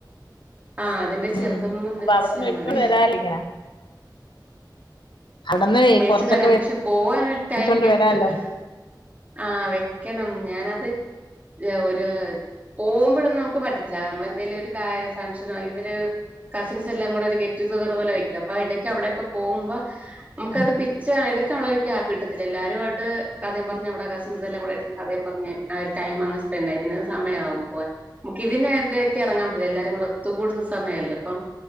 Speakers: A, on the right; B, on the left.
A: ആഹ അതിന്റെ ചെറുതന്ന
B: ഉം അപ്പൊ
A: വെച്ചാ
B: അവിടെ മേടിച്ചോണ്ട്
A: മതി
B: വരാല്ലോ ഇങ്ങനെ അവിടന്ന്
A: മേടിച്ച
B: കൊറച്ചൊക്കെ
A: വരാം പക്ഷെ പോവാൻ ഒരു
B: മേടിച്ചോണ്ട്
A: ടൈം കിട്ടുന്നില്ല
B: വരാല്ലോ
A: ആഹ വെക്കണം ഞാനത് ഒരു പോകുമ്പോഴൊന്നും നമുക്ക് പറ്റത്തില്ല നമ്മളെന്തെലും കാര്യ ഫംഗ്ഷൻ ഇവരെ കസിൻസ് എല്ലാം കൂടെ ഒരു ഗെറ്റതർ പോലെ വയ്ക്കും അപ്പൊ ഇടക്കക്ക് അവിടെയൊക്കെ പോകുമ്പോ നമുക്കത്
B: ഉം
A: പിച്ച എ <inaudible> ആപ്പിട്ടത്തില്ല എല്ലരുുംമായിട്ട് കഥം പറഞ്ഞവിടെ കസിൻസ്ല്ലാം ക് കഥയുംം പറഞ് ആ ഒരു ടൈം അങ് സ്പെൻറ് ആയി പിന്നെ സമയമാവും പോവാ നമു ഇതിന്റെൊക്കെ ഇറങ്ങാ അ എല്ലാരും കൂടെ ഒത്തുകൂടുന്ന സമയല്ലേ അപ്പ